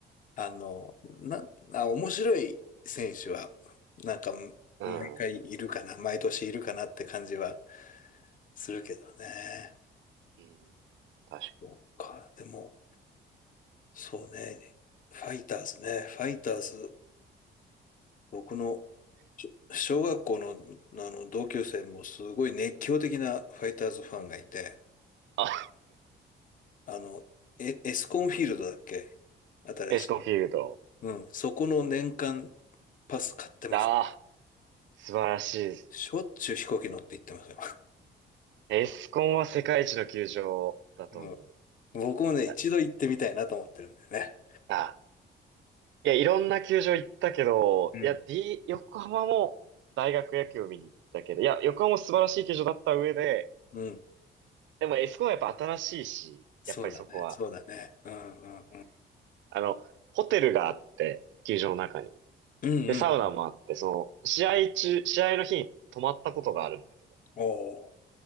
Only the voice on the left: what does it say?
あの、な、あ、面白い選手は、なんか、
毎回いるかな、毎年いるかなって感じはするけどね。
そうか、でも、そうね、ファイターズね、ファイターズ、僕のしょ小学校の、あの同級生もすごい熱狂的なファイターズファンがいて、
あの、エ、エスコンフィールドだっけ新しい。
うん、そこの年間パス買ってます。
しょっちゅう飛行機乗って行ってますよ。
<laughs>
僕もね、一度行ってみたいなと思ってるんだよね。
うん。
うん。
そうだね。
そうだね。うんうんうん。
うんうん。
おお、